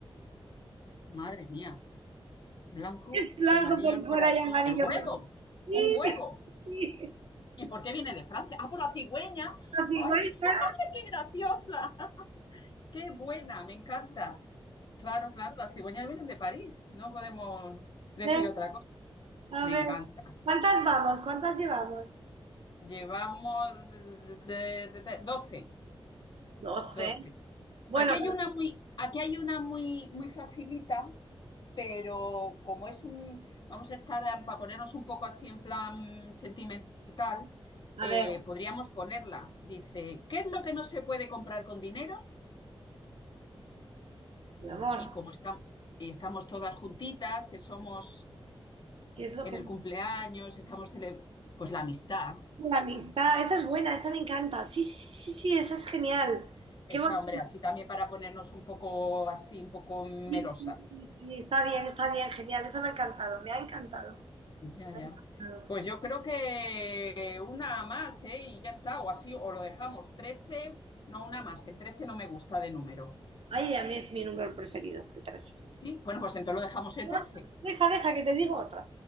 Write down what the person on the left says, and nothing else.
Madre mía, blanco
y amarillo
el corazón.
¡El huevo!
¡Un huevo!
¿Y por qué viene de Francia? Ah, por la cigüeña.
¡Ay, qué, <laughs> ay, qué graciosa! ¡Qué buena! Me encanta. Claro, claro, las cigüeñas vienen de París. No podemos decir
otra cosa.
Me
encanta.
Llevamos de, de- de- 12.
12.
Aquí hay una muy, aquí hay una muy, muy facilita, pero como es un, vamos a estar eh, para ponernos un poco así en plan sentimental, eh,
podríamos ponerla. Dice, ¿qué es lo que no se puede comprar con dinero?
Y como estamos, estamos todas juntitas, que somos
en
el cumpleaños, estamos cele- pues la amistad.
Esa,
hombre, así también para ponernos un poco así, un poco melosas.
Ya,
ya.
Pues yo creo que una más, ¿eh? Y ya está, o así, o lo dejamos 13, no una más, que el 13 no me gusta de número.
Sí, bueno, pues entonces lo dejamos en
trece.